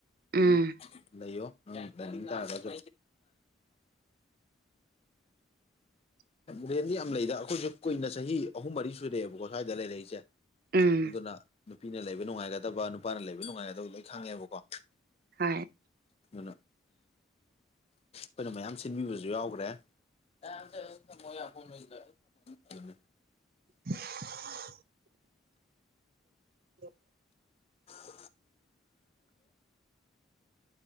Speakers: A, on the left (about 30°); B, on the right (about 50°).
A: ꯑꯗꯨꯝ
B: ꯎꯝ
A: ꯂꯩꯌꯣ ꯅꯪ ꯂꯩꯅꯤꯡ ꯇꯥꯔꯒꯁꯨ
B: <inaudible>
A: ꯔꯦꯟꯗꯤ ꯌꯥꯝ ꯂꯩꯗ ꯑꯈꯣꯏꯖꯨ ꯀꯨꯏꯅ ꯆꯍꯤ ꯑꯍꯨꯝ ꯃꯔꯤ ꯁꯨꯔꯑꯦꯕꯀꯣ ꯁꯥꯏꯗ ꯂꯩꯔꯛꯏꯖꯦ
B: ꯎꯝ
A: ꯑꯗꯨꯅ ꯅꯨꯄꯤꯅ ꯂꯩꯕ ꯅꯨꯡꯉꯥꯏꯒꯗꯕ ꯅꯨꯄꯥꯅ ꯂꯩꯕ ꯅꯨꯡꯉꯥꯏꯒꯗꯕ ꯂꯣꯏ ꯈꯪꯉꯦꯕꯀꯣ
B: ꯍꯣꯏ
A: ꯑꯗꯨꯅ ꯈꯣꯏꯅ ꯃꯌꯥꯝ ꯁꯤꯟꯕꯤꯕꯖꯨ ꯌꯥꯎꯒ꯭ꯔꯦ <unintelligible>
B: <inaudible> ꯗꯣ
A: <inaudible> <inaudible>